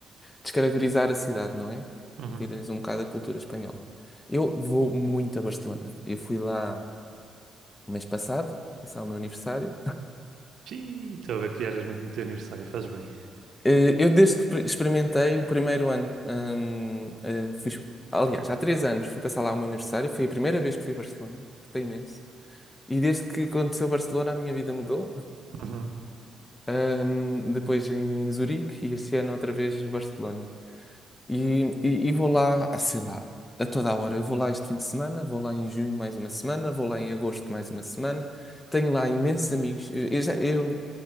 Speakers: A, on the left; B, on the right.
A: descaracterizar a cidade, não é?
B: Uhum.
A: Tira-lhes um bocado a cultura espanhola. Eu vou muito a Barcelona, eu fui lá o mês passado, passar o meu aniversário.
B: Xiii, Estou a ver que eras muito no teu aniversário, fazes bem.
A: Eh, Eu, desde que pre- experimentei o primeiro ano, hum, eh, fiz- aliás, há três anos fui passar lá o meu aniversário, foi a primeira vez que fui a Barcelona, gostei imenso. E desde que aconteceu Barcelona, a minha vida mudou.
B: Uhum.
A: Hum, depois em Zurique e este ano outra vez Barcelona. E, e, e vou lá, ah, sei lá, a toda a hora. Eu vou lá este fim de semana, vou lá em junho mais uma semana, vou lá em agosto mais uma semana. Tenho lá imensos amigos. Eu, eu já- eu-